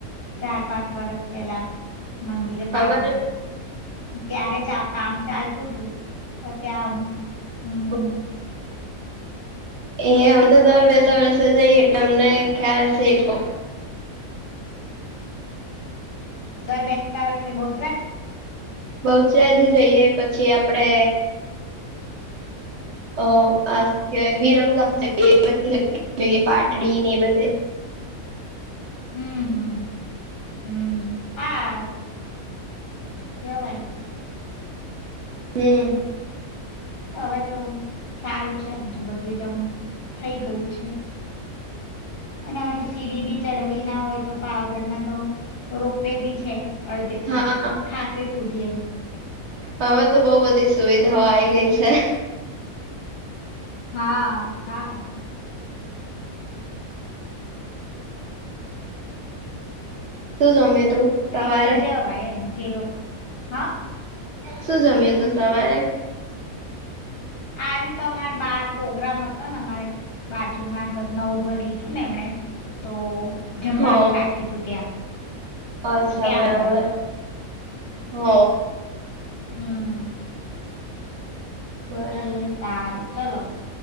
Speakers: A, on the left (about 50°); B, on the right (about 55°).
A: ચાર પાંચ વરસ પેલા મંદિર પાવાગઢ
B: અમારે
A: ત્યારે ચા કામ ચાલતું તુ અ ત્યાં હમ
B: <unintelligible> એ અમે તો દર બેસતા વર્ષે જઈએ એટલે અમને ખ્યાલ છે એટલો
A: દર બેસતા હશે બહુચરા જ
B: બહુચરાજી જઈએ પછી આપડે અ આ કવાય વિરમગામ એ ધઈએ પાટડી ને એ બધે
A: હમ્મ-હમ્મ. હમ્મ, હા ક ભાઈ
B: હમ્મ.
A: હવે તો સારું છે આમ તો બધું જ આમ થઈ ગયું છે. એ ના તો સીડી બી ચડઈ ના હોય તો પાવાગઢ માં તો રોપે વે બી છે અડધે સુધી
B: હા
A: ખાસ સુધી એમ
B: હવે તો બો બધી સુવિધાઓ આ ગઈ છે
A: હા હા
B: શું જમે તું સવારે
A: એટલે જવાય એમ જે લોકો હા
B: શું જમ્યું તું સવારે
A: આજે તો અમારે બાર પ્રોગ્રામ હતો ને અમારે બાજમા નવું ઘર લીધું ને એમણે તો જમવાનું
B: હ
A: રાખી તું ત્યાં
B: અચ્છા
A: તો ત્યાં
B: બરાબર
A: ગયા તા
B: હમ
A: હમ
B: બરાબર
A: એ સારું ચલો